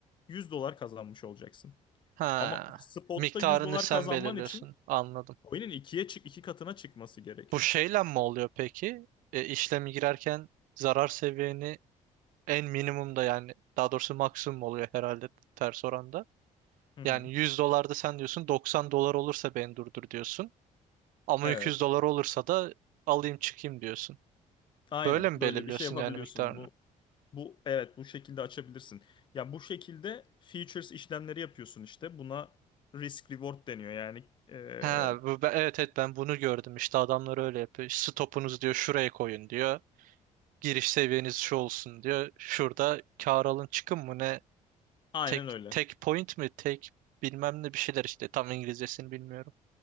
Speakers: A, on the left (about 35°); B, on the right (about 80°).
A: 100 dolar kazanmış olacaksın.
B: Ha,
A: Ama spot'ta
B: miktarını
A: 100 dolar
B: sen
A: kazanman
B: belirliyorsun
A: için
B: anladım.
A: coin'in ikiye çık 2 katına çıkması gerekiyor.
B: Bu şeyle mi oluyor peki? E, işlemi girerken zarar seviyeni en minimumda yani daha doğrusu maksimum oluyor herhalde ters oranda.
A: Hı
B: Yani
A: hı.
B: 100 dolarda sen diyorsun 90 dolar olursa beni durdur diyorsun. Ama
A: Evet.
B: 200 dolar olursa da alayım çıkayım diyorsun.
A: Aynen
B: Böyle mi
A: böyle
B: belirliyorsun
A: bir şey yapabiliyorsun.
B: yani miktarını?
A: Bu Bu evet bu şekilde açabilirsin. Ya bu şekilde features işlemleri yapıyorsun işte. Buna risk reward deniyor. Yani eee,
B: Ha, bu, ben, evet evet ben bunu gördüm. İşte adamlar öyle yapıyor. Stopunuz diyor şuraya koyun diyor. Giriş seviyeniz şu olsun diyor. Şurada kâr alın çıkın mı ne?
A: aynen
B: Tek
A: öyle.
B: tek point mi? Tek bilmem ne bir şeyler işte. Tam İngilizcesini bilmiyorum.